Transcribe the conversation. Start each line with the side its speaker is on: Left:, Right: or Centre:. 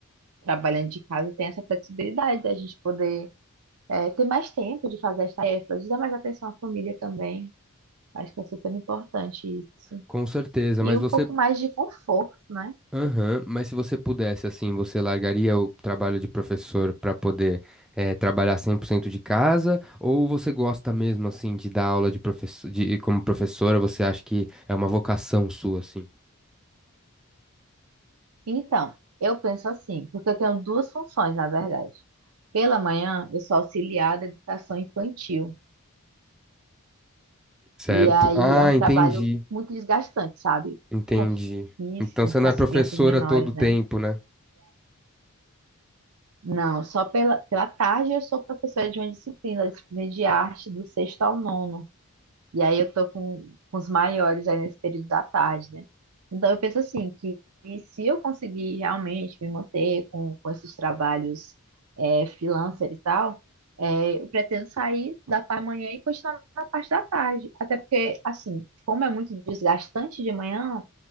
Right: trabalhando de casa, tem essa flexibilidade da gente poder é, ter mais tempo de fazer as tarefas, dar mais atenção à família também. Acho que é super importante isso.
Centre: Com certeza,
Right: E
Centre: mas
Right: um
Centre: você
Right: pouco mais de conforto, né?
Centre: Aham, mas se você pudesse, assim, você largaria o trabalho de professor para poder eh, trabalhar 100% de casa? Ou você gosta mesmo, assim, de dar aula de professor, de, como professora? Você acha que é uma vocação sua, assim?
Right: Então, eu penso assim, porque eu tenho duas funções, na verdade. Pela manhã, eu sou auxiliar da educação infantil.
Centre: Certo?
Right: E aí
Centre: Ah,
Right: é um
Centre: entendi,
Right: trabalho muito desgastante, sabe?
Centre: entendi.
Right: Com isso,
Centre: Então você não
Right: com as
Centre: é professora
Right: crianças menores,
Centre: todo o tempo,
Right: né?
Centre: né?
Right: Não, só pela, pela tarde eu sou professora de uma disciplina, disciplina de arte do sexto ao nono. E aí eu tô com, com os maiores aí nesse período da tarde, né? Então eu penso assim, que se eu conseguir realmente me manter com, com esses trabalhos é, freelancer e tal, é, eu pretendo sair da parte da manhã e continuar na parte da tarde. Até porque, assim, como é muito desgastante de manhã,